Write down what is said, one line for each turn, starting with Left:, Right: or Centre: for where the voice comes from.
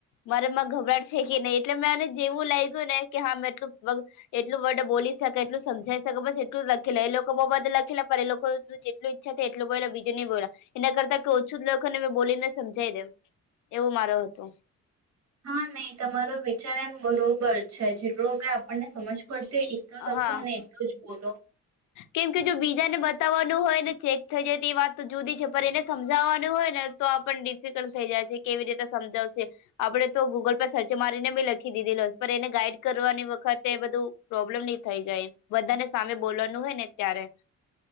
Left: મારેમાં ગભરાટશે છે, કે નહી એટલે મેંને જેવું લાગ્યું ને કે હા મે એટલું એટલું વર્ડ બોલી શકે એટલું સમજાવીકે બસ એટલું લખેલા એ લોકો બહુ બધ લખેલા પણ એ લોકો જેટલ ઈચ્છા એટલો બોલા બીજે ન બોલા એના કરતાઈ ઓછું જ લખો ને મેં બોલીને સમજાઇ દેમ એવું મારો હતૂ
Right: હા નહી તમારો વિચાર એમ બરોબર છે જેટલો હ આપણને સમજ પણ તે એટલો લખો
Left: હા
Right: અને એટલલો જ બોલો
Left: કેમ કે જો બીજાને બતાવવાનું હોય ને ચેક થઈ જાય તો એ વાત તો જુદી છે, પણ એને સમજાવાનું હોય તો પણ ડિફિકલ્ટ થઈ જાય છે, કેવી રીતે સમજાવશે આપણેે તો ગૂગલ પર સર્ચ મારીને બી લખી એને ગાઈડ કરવાની વખતે બધું પ્રોબ્લેમ નહી થઈ જાય બધાને સામે બોલવાની હોય ને ત્યારે